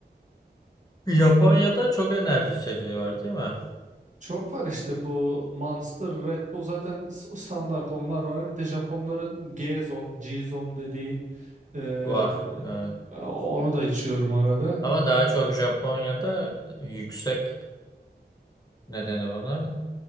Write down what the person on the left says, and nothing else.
Japonya'da çok enerji içeceği var değil mi?
Var. Evet.
Ama daha çok Japonya'da yüksek ne denir ona?